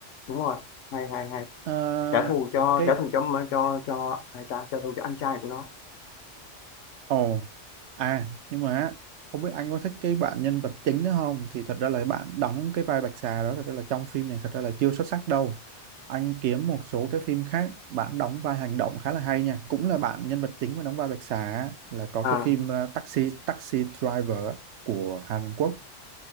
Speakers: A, on the left; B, on the right.
A: đúng rồi hay hay hay
B: Ờ,
A: trả thù cho
B: cái
A: trả thù cho cho cho ai ta trả thù cho anh trai của nó
B: ồ à nhưng mà á, không biết anh có thích cái bạn nhân vật chính nữa không thì thật ra là bạn đóng cái vai Bạch Xà đó thật ra là trong phim này thật ra là chưa xuất sắc đâu anh kiếm một số cái phim khác bạn đóng vai hành động khá là hay nha cũng là bạn nhân vật chính mà đóng vai Bạch Xà á, là có
A: à
B: cái phim ờ, Taxi Taxi Driver á, của Hàn Quốc